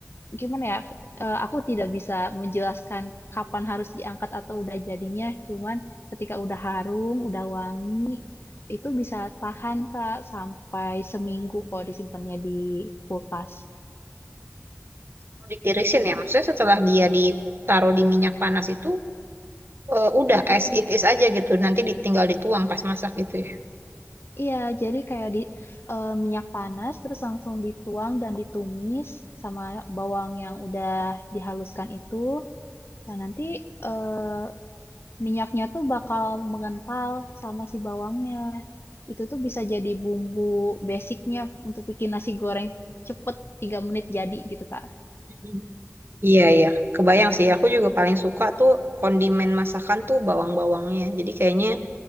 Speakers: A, on the left (about 55°); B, on the right (about 50°).
A: gimana ya? eh, aku tidak bisa menjelaskan kapan harus diangkat atau udah jadinya. Cuman ketika udah harum, udah wangi, itu bisa tahan Kak sampai seminggu kok disimpannya di kulkas.
B: Kalau Ditirisin ya, maksudnya setelah dia ditaruh di minyak panas itu eh, udah
A: Mm-mm.
B: as it is aja gitu, nanti ditinggal dituang pas masak gitu ya.
A: Iya, jadi kayak di eh, minyak panas terus langsung dituang dan ditumis sama bawang yang udah dihaluskan itu. Nah, nanti eh, minyaknya tuh bakal mengental sama si bawangnya. Itu tuh bisa jadi bumbu basicnya untuk bikin nasi goreng cepet 3 menit jadi gitu, Kak.
B: Mhm. Iya iya, kebayang sih. Aku juga paling suka tuh kondimen masakan tuh bawang-bawangnya. Jadi kayaknya